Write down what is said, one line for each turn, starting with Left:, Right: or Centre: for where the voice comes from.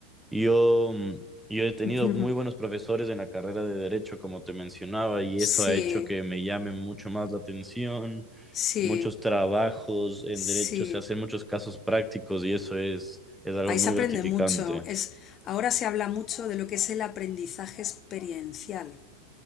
Centre: Yo. mm, y Yo he tenido
Left: <laughs>
Centre: muy buenos profesores en la carrera de derecho, como te mencionaba, y
Left: sí,
Centre: eso ha hecho que me llame mucho más la atención.
Left: sí,
Centre: Muchos trabajos en
Left: sí.
Centre: derecho se hacen muchos casos prácticos y eso es, es algo
Left: Ahí
Centre: muy
Left: se aprende
Centre: gratificante.
Left: mucho. Es, ahora se habla mucho de lo que es el aprendizaje experiencial.